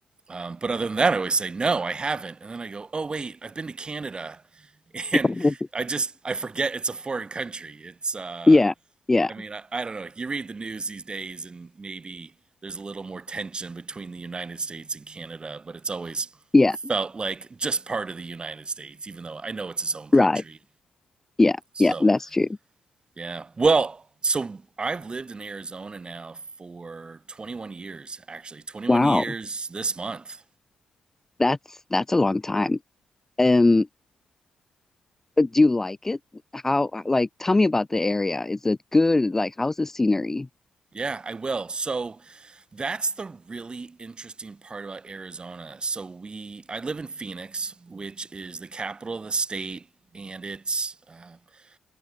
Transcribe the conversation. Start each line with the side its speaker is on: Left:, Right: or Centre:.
Right: Um, but other than that, I always say, no, I haven't. And then I go, oh, wait, I've been to Canada. <laughs> and
Left: <laughs>
Right: I just I forget it's a foreign country. It's uh
Left: Yeah. Yeah.
Right: I mean I, I don't know. You read the news these days and maybe there's a little more tension between the United States and Canada, but it's always
Left: Yeah.
Right: felt like just part of the United States, even though I know it's its own country.
Left: Right. Yeah.
Right: So
Left: Yeah. That's true.
Right: yeah. Well, so I've lived in Arizona now for 21 years, actually. 21
Left: Wow.
Right: years this month.
Left: That's that's a long time. Um, but do you like it? How like tell me about the area. Is it good? Like how's the scenery?
Right: Yeah, I will. So that's the really interesting part about Arizona. So we, I live in Phoenix, which is the capital of the state, and it's uh,